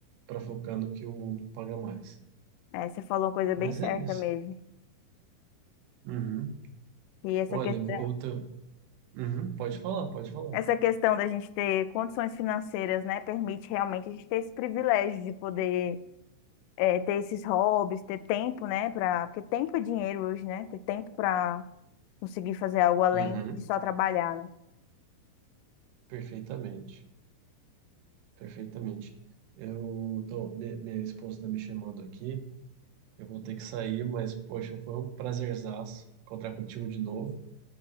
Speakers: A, on the right (about 80°); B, on the left (about 90°).
A: para focar no que o mundo paga mais.
B: É, você falou uma coisa bem
A: Mas
B: certa
A: é isso.
B: mesmo.
A: Uhum.
B: E essa
A: Olha,
B: questão.
A: eu vou- eu tô- Uhum. Pode falar, pode falar.
B: Essa questão da gente ter condições financeiras, né, permite realmente a gente ter esse privilégio de poder é, ter esses hobbies, ter tempo, né, para porque tempo é dinheiro hoje, né, ter tempo para conseguir fazer algo além
A: Uhum.
B: de só trabalhar, né?
A: Perfeitamente, perfeitamente. Eu tô, mi- minha esposa está me chamando aqui. Eu vou ter que sair, mas poxa, foi um prazerzaço encontrar contigo de novo.